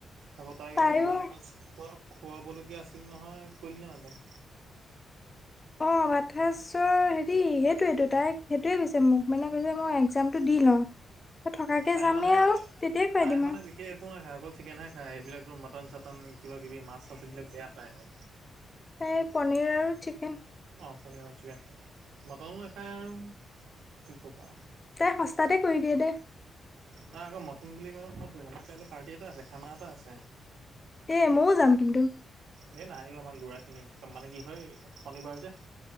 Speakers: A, on the right; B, on the left.
A: আকৌ তাইক
B: তাইও
A: আকৌ ভাত এসাঁজ খোৱা খুৱাবলগীয়া আছিল নহয় ক'লি নে বাৰু তাইক?
B: অ', ভাতসাঁজৰ হেৰি সেইটোইটো তাই সেইটোৱে কৈছে মোক মানে কৈছে মই এ এক্সামটো দি লওঁ। ত'থকাকে
A: তাই
B: যামেই
A: মানে
B: আৰু। তেতিয়াই খুৱাই
A: তাই
B: দিম
A: মানে
B: আৰু।
A: বিশেষ একো নাখায়। অকল চিকেনহে খায়। এইবিলাকতো মটন-চটন, কিবা-কিবি মাছ-চাছ এইবিলাক বেয়া পায় তাই।
B: এই পনীৰ আৰু চিকেন
A: অ', পনীৰ আৰু চিকেন খায়। মটনো নাখায় আৰু কি ক'বা।
B: তাই সস্তাতে কৰি দিয়ে দে।
A: নাই আকৌ মটন বুলি কওঁতে মনত পৰিছে আমাৰ কাইলৈ পাৰ্টি এটা আছে খানা এটা আছে।
B: এ ময়ো যাম কিন্তু।
A: হে নাহিবা। আমাৰ ল'ৰাখিনিৰ মানে কি হয় শনিবাৰ যে।